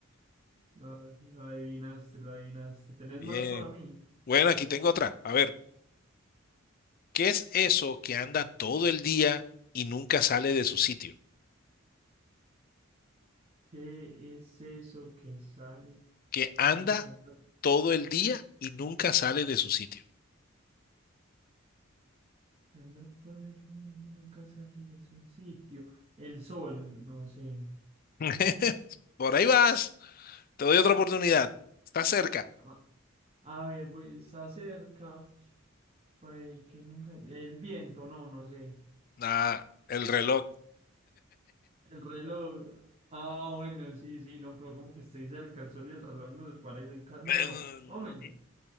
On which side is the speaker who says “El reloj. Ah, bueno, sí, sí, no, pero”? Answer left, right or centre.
Right